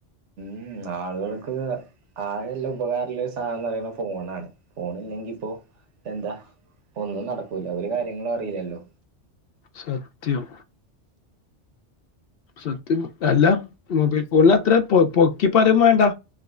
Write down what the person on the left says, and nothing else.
സത്യം സത്യം അല്ല മൊബൈൽ ഫോണിനെ അത്ര പൊ പൊക്കി പറയും വേണ്ട